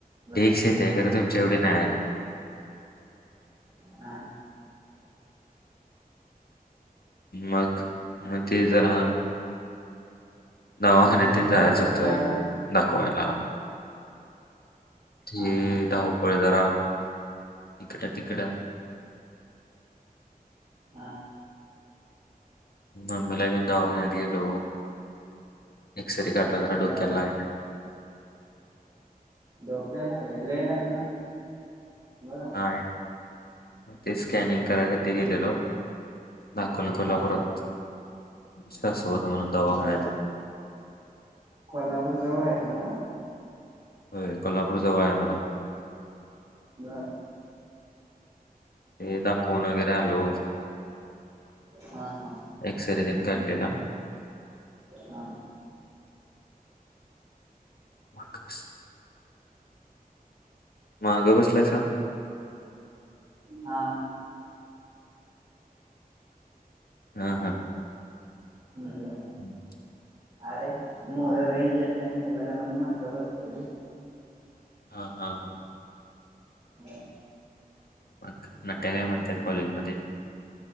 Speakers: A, on the right; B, on the left.
A: बर
B: ्स येत खरं तुमच्या एवढी नाही
A: हा
B: मग मग ते जरा दवाखान्यात
A: आमची काय
B: जायचं
A: भरपूर
B: होतं
A: आहे पण
B: दाखवायला हे
A: हा हा
B: धावपळ जरा इकड तिकडं
A: हा
B: आमेलागे दवाघ गेल एक्सरी काटला तर
A: बर
B: डुकलाग
A: डोक्या ना ललेटग ना बर
B: हा ते स्कॅनिंग करायसाठी गेलेलो दाखल करला
A: हा
B: परत शस होत म्हणून दवाखान्या
A: बर
B: येतं
A: कोल्हापूर जवळ येतं मला
B: हो कोल्हापूर जवळ आहे मला
A: बाय
B: ते दाखवून वगैरे आलो
A: हा हा
B: एक्सरे देन का ला
A: हा
B: वारकस म गबसलाय का
A: हा
B: हा हा
A: हम् हम
B: हम्म
A: अरे मोर रेंज येत नाही मोबाईलला म्हण महागा बसत रे
B: हा हा हा
A: हा
B: मग नाट्या काय म्हणते कॉलेज मध्ये